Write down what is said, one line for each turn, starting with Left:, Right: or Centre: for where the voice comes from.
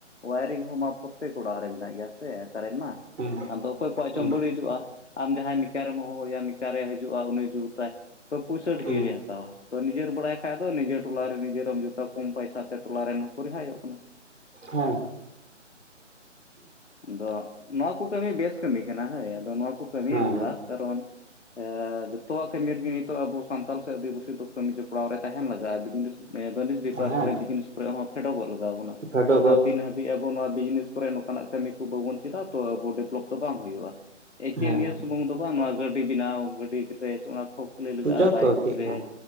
Left: ᱳᱣᱟᱭᱨᱤᱝ ᱦᱚᱸ ᱢᱟ ᱯᱚ ᱛᱮᱠ ᱚᱲᱟᱜ ᱨᱮ ᱢᱮᱱᱟᱜ ᱜᱮᱭᱟ ᱥᱮ ᱠᱟᱨᱮᱱ ᱢᱟ
Right: ᱦᱩᱸ
Left: ᱟᱫᱚ ᱚᱠᱚᱭ ᱠᱚᱣᱟᱜ
Right: ᱦᱩᱸ
Left: ᱪᱚᱝ ᱵᱟᱹᱲᱤᱡᱩᱜᱼᱟ᱾ ᱟᱢ ᱡᱟᱦᱟᱸᱭ ᱢᱤᱠᱟᱨᱮᱢ ᱦᱚᱦᱚᱣᱟᱭᱟ ᱢᱤᱠᱟᱨᱮᱭ ᱦᱤᱡᱩᱜᱼᱟ ᱩᱱᱤ ᱡᱩᱛᱟᱭ ᱛᱚ ᱯᱩᱭᱥᱟᱹ ᱰᱷᱮᱨ
Right: ᱦᱩᱸ
Left: ᱮ ᱦᱟᱛᱟᱣᱟ ᱛᱚ ᱱᱤᱡᱮᱨ ᱵᱟᱲᱟᱭ ᱠᱷᱟᱡ ᱫᱚ ᱱᱤᱡᱮᱨ ᱴᱚᱞᱟᱨᱮ ᱱᱤᱡᱮᱨᱮᱢ ᱡᱩᱛ ᱠᱚᱢ ᱯᱚᱭᱥᱟ ᱛᱮ ᱴᱚᱞᱟ ᱨᱮᱱ ᱦᱚᱸᱠᱚ ᱨᱮᱦᱟᱭᱚᱜ ᱠᱟᱱᱟ᱾
Right: ᱦᱮᱸ
Left: ᱟᱫᱚ ᱱᱚᱣᱟ ᱠᱚ ᱠᱟᱹᱢᱤ ᱵᱮᱥ ᱠᱟᱹᱢᱤ ᱠᱟᱱᱟ ᱦᱳᱭ ᱟᱫᱚ ᱱᱚᱣᱟ ᱠᱚ ᱠᱟᱹᱢᱤ
Right: ᱦᱮᱸ
Left: ᱡᱚᱜᱲᱟ ᱠᱟᱨᱚᱱ ᱮ ᱡᱚᱛᱚᱣᱟᱜ ᱠᱟᱹᱢᱤ ᱨᱮᱜᱮ ᱱᱤᱛᱚᱜ ᱟᱵᱚ ᱥᱟᱱᱛᱟᱞ ᱥᱮ ᱟᱹᱫᱤᱵᱟᱹᱥᱤ ᱫᱚ ᱠᱟᱹᱢᱤ ᱡᱚᱯᱲᱟᱣ ᱨᱮ ᱛᱟᱦᱮᱱ ᱞᱟᱜᱟᱜᱼᱟ ᱵᱤᱜᱱᱮᱥ ᱮ ᱵᱟᱹᱱᱤᱡᱽ ᱵᱮᱯᱟᱨ
Right: ᱦᱮᱸ
Left: ᱠᱚᱨᱮ ᱵᱤᱡᱽᱱᱮᱥ ᱠᱚᱨᱮ ᱦᱚᱸ ᱯᱷᱮᱰᱚᱜ ᱜᱚᱜ ᱞᱟᱜᱟᱣ ᱵᱚᱱᱟ
Right: ᱠᱷᱟᱰᱚ
Left: ᱟᱨ
Right: ᱠᱚ
Left: ᱛᱤᱱ ᱦᱟᱹᱵᱤᱡ ᱟᱵ ᱵᱚ ᱱᱚᱣᱟ ᱵᱤᱡᱽᱱᱮᱥ ᱠᱚᱨᱮ ᱱᱚᱝᱠᱟᱱᱟᱜ ᱠᱟᱹᱢᱤ ᱠᱚ ᱵᱟᱵᱚᱱ ᱪᱮᱫᱟ ᱛᱚ ᱟᱵᱚ ᱰᱮᱵᱷᱞᱚᱯ ᱫᱚ ᱵᱟᱝ ᱦᱩᱭᱩᱜᱼᱟ᱾ ᱮᱠᱮᱱ
Right: ᱦᱮᱸ
Left: ᱱᱤᱭᱟᱹ ᱥᱩᱢᱩᱝ ᱫᱚ ᱵᱟᱝ ᱱᱚᱣᱟ ᱜᱟᱹᱰᱤ ᱵᱮᱱᱟᱣ ᱜᱟᱹᱰᱤ ᱜᱨᱮᱡᱽ ᱚᱱᱟ ᱠᱚ ᱠᱷᱩᱞᱟᱹᱭ ᱞᱟᱜᱟᱜᱼᱟ
Right: ᱡᱚᱛᱚ
Left: ᱵᱟᱭᱤᱠ
Right: ᱜᱮ
Left: ᱨᱮ
Right: ᱦᱮᱸ